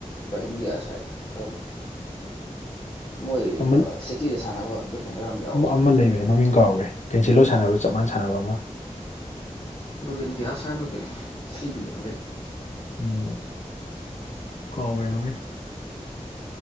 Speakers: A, on the left (about 40°); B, on the left (about 65°).
A: ꯕ꯭ꯔꯥꯍꯤꯝ ꯗꯤꯌꯥꯁ ꯍꯥꯏꯕꯔꯥ ꯀꯔꯝꯕꯅꯣ ꯃꯣꯏ
B: ꯑꯃ
A: ꯁꯤꯇꯤꯗ ꯁꯥꯟꯅꯕ ꯗꯤꯐꯦꯟꯗꯔ ꯌꯥꯎꯕꯗꯣ
B: ꯑꯃ ꯂꯩꯕꯅꯦ ꯃꯃꯤꯡ ꯀꯥꯎꯒ꯭ꯔꯦ ꯀꯦꯟꯁꯤꯜꯂꯣ ꯁꯥꯟꯅꯕ ꯆꯞ ꯃꯥꯟꯅ ꯁꯥꯟꯅꯕ ꯑꯃ
A: ꯔꯣꯕꯤꯟꯗꯤꯌꯥꯁ ꯍꯥꯏꯕꯔꯥ ꯀꯩꯅꯣ ꯁꯤ ꯕꯤ ꯑꯃ ꯂꯩꯕꯅꯦ
B: ꯑꯣ ꯀꯥꯎꯒꯥꯔꯦ ꯃꯃꯤꯡ